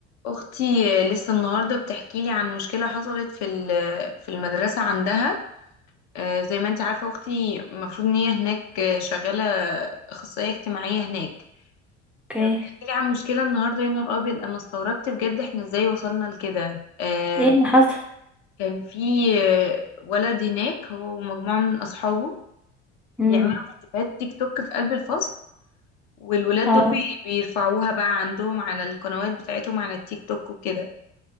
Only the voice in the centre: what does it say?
اوكي
ايه اللي حصل
امم
اه